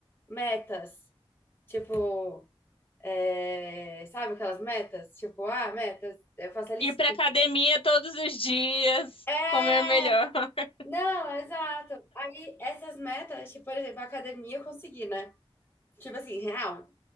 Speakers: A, on the left; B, on the left.
A: metas. Tipo, é, sabe aquelas metas? Tipo, ah, metas, eu faço a listinha.
B: Ir pra academia todos os dias,
A: É,
B: comer melhor. <laughs>
A: não, exato. Aí essas metas, tipo, por exemplo, a academia eu consegui, né? Tipo assim, real.